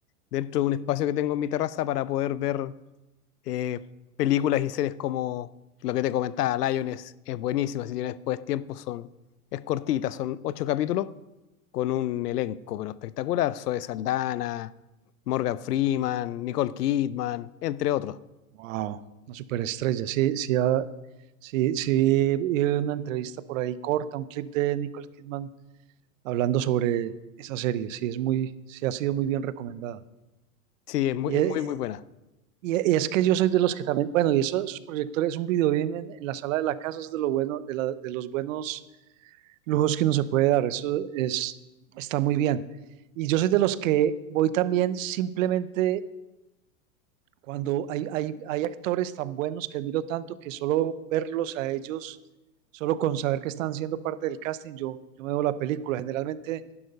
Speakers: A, on the left; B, on the right.
A: dentro de un espacio que tengo en mi terraza para poder ver eh, películas y series como lo que te comentaba, Lion es, es buenísima, si tienes después tiempo son, es cortita, son ocho capítulos con un elenco pero espectacular, Zoe Saldana, Morgan Freeman, Nicole Kidman, entre otros.
B: Wow, una superestrella. Sí, sí, ah, sí, sí, vi una entrevista por ahí corta, un clip de Nicole Kidman hablando sobre esa serie. Sí, es muy, sí ha sido muy bien recomendada.
A: Sí, es muy,
B: Y,
A: es
B: e-
A: muy, muy buena.
B: y e- y es que yo soy de los que también, bueno, y eso- esos proyectores, un video bien en, en la sala de la casa es de lo bueno, de la- de los buenos lujos que uno se puede dar. Eso es, está muy bien. Y yo soy de los que voy también simplemente Cuando hay, hay, hay actores tan buenos que admiro tanto que solo verlos a ellos, solo con saber que están siendo parte del casting, yo, yo me veo la película. Generalmente,